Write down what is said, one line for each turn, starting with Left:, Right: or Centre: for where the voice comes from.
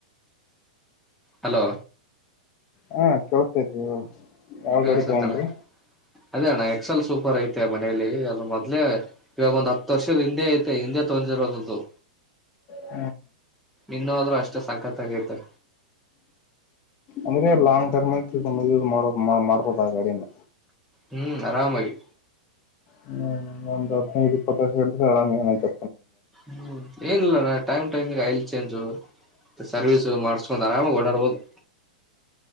Centre: ಹಲೋ
Left: ಹಾ ಕೇಳ್ತೇತಿ ಯಾವ
Centre: ಕೇಳಸತಣ
Left: ಗಾಡಿ ತಗೊಂಡ್ರಿ
Centre: ಅದೇ ಎಕ್ಸಲ್ ಸೂಪ್ ರ ಐತೆ ಮನೇಲಿ ಅದು ಮೊದ್ಲೇ ಇವಾಗ ಒಂದ್ ಹತ್ತು ವರ್ಷದ ಹಿಂದಿಯ ಐತೆ ಹಿಂದೆ ತೊಂದಿರೋದ್ದದು
Left: ಹ
Centre: ಇನ್ನಾದ್ರೂ ಅಷ್ಟು ಸಕ್ಕತ್ತಗೈತೆ
Left: ಅಂದ್ರೆ ಲಾಂಗ್ ಟರ್ಮ್ ಆಗ ಯ ಮಾಡೋದು ಮಾಡ್ಬೋದ ಆ ಗ ಅಾಡಿನ
Centre: ಹ್ಮ್ ಆರಾಮಾಗಿ
Left: ಹ್ಮ ಒಂದ್ ಹದ್ರೆರೆನೈದು ಇಪ್ಪತ್ತುಕ್ಷ ಹಿದ್ರೆ ಆರಾಮ ಏನತ
Centre: ಹ್ಮ್ ಏನಿಲ್ಲ ನಾ ಟೈಮ್ ಟೈಮ್ಗೆ ಐಲ್ ಚೇಂಜ್ ಸರ್ವಿಸಸ ಮಾಡಸ್ಕೊಂಡ ಆರಾಮ ಓಡಾಡ್ಬೋದು